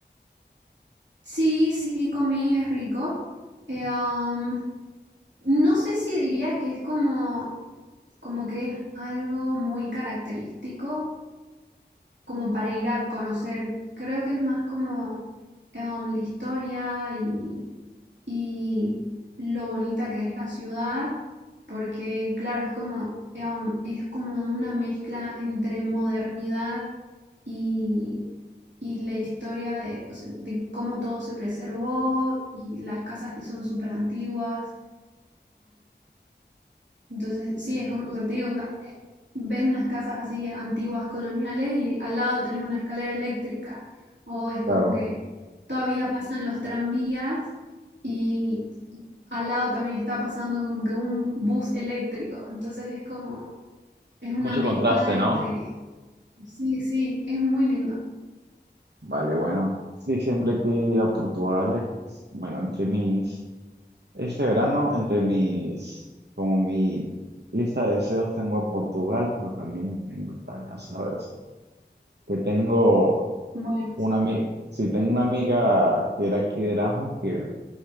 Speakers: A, on the right (about 85°); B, on the right (about 70°).
A: Sí, sí, comí, es rico. Eh, um, no sé si diría que es como, como que es algo muy característico, como para ir a conocer. Creo que es más como em, la historia y, y lo bonita que es la ciudad, porque claro, es como, em, es como una mezcla entre modernidad y, y la historia de, o sea, de cómo todo se preservó y las casas que son súper antiguas. Entonces, sí, es como o sea, te digo, o sea, eh, ves unas casas así antiguas, coloniales, y al lado tenés una escalera eléctrica, o es como
B: Claro.
A: que todavía pasan los tranvías y al lado también está pasando como que un bus eléctrico, entonces es como, es una
B: Mucho
A: mezcla
B: contraste,
A: entre,
B: ¿no?
A: sí, sí, es muy lindo.
B: Vale, bueno, sí, siempre que ir a Portugal, es- bueno, entre mis, este verano, entre mis, como mi lista de deseos tengo a Portugal, pero también tengo Italia, ¿sabes? Que tengo
A: Bueno,
B: una amiga, sí, tengo una amiga que era aquí de Erasmus, que,